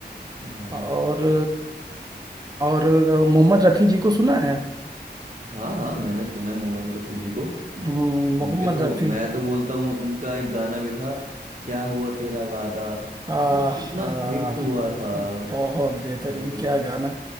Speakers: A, on the right; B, on the right.
A: हाँ
B: और और मोहम्मद रफ़ी जी को सुना है
A: हाँ हाँ मैंने सुना है मोहम्मद रफी जी को
B: हम्म,
A: उनके
B: मोहम्मद
A: तो
B: रफ़ी
A: मैं तो बोलता हूँ उनका एक गाना भी था क्या हुआ तेरा वादा
B: आहा
A: भाई कितना हिट हुआ था
B: बहुत बेहतरीन
A: भाई
B: क्या गाना है।